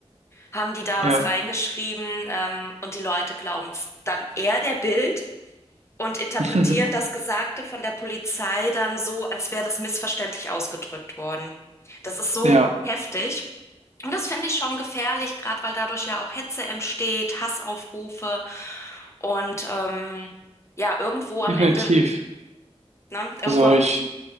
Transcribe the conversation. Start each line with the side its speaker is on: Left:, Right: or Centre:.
Left: haben die da
Right: Ja.
Left: was reingeschrieben, ähm, und die Leute glauben es dann eher der Bild und interpretieren
Right: <laughs>
Left: das Gesagte von der Polizei dann so, als wäre das missverständlich ausgedrückt worden. Das ist so
Right: Ja,
Left: heftig. Und das finde ich schon gefährlich, gerade weil dadurch ja auch Hetze entsteht, Hassaufrufe und ähm, ja, irgendwo am
Right: definitiv.
Left: Ende, ne, irgendwo
Right: Also
Left: am,
Right: ich